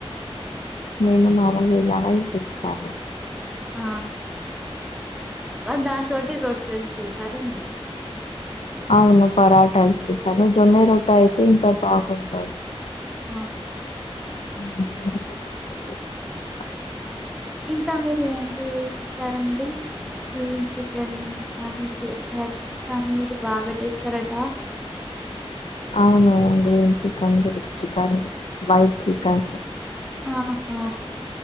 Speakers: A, on the left; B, in the centre.
A: నేను మామూలుగా వెళ్లా గానీ సిక్స్ కాదు
B: ఆ మరి దాంతోటి రోట్టలు చేసారండి
A: అవును పరాటలు చేశాను జొన్నె రొట్ట అయితే ఇంకా బాగుంటది
B: ఆ!
A: <unintelligible>
B: ఇంకా మీరు ఏం తీ స్తారండి గ్రీన్ చికెన్ అన్నీ చేస్తారట కానీ మీరు బాగా చేస్తారట
A: అవును green chicken red chicken white chicken
B: ఆహా